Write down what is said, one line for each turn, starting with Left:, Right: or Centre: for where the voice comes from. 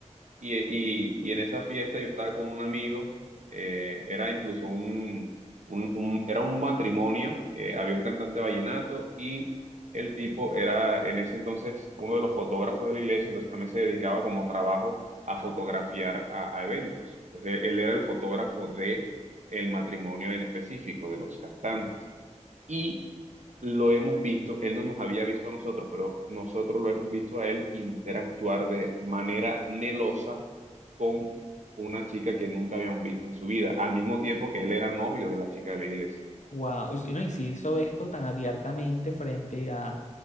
Right: y, y- y en esa fiesta yo estaba con un amigo, eh, era incluso un, un- un- era un matrimonio, eh, había un cantante vallenato y el tipo era en ese entonces uno de los fotógrafos de la iglesia, entonces también se dedicaba como trabajo a fotografiar a, a eventos. Entonces él era el fotógrafo de el matrimonio en específico de los cantantes. Y lo hemos visto, él no nos había visto a nosotros, pero nosotros lo hemos visto a él interactuar de manera melosa con una chica que nunca habíamos visto en su vida, al mismo tiempo que él era novio de la chica de la iglesia.
Left: Wow, y, si, no, y si hizo esto tan abiertamente frente a,